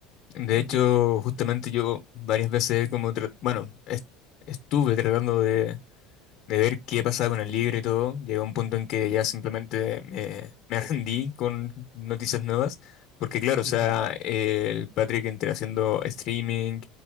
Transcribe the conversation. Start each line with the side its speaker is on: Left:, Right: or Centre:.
Left: De
Right: No
Left: hecho,
Right: entiendo.
Left: justamente yo varias veces como, tra- bueno, est- estuve tratando de de ver qué pasaba con el libro y todo, llegué a un punto en que ya simplemente me, me <laughs> rendí con noticias nuevas, porque claro, o
Right: Ujú,
Left: sea, eh, el Patrick entre haciendo streaming,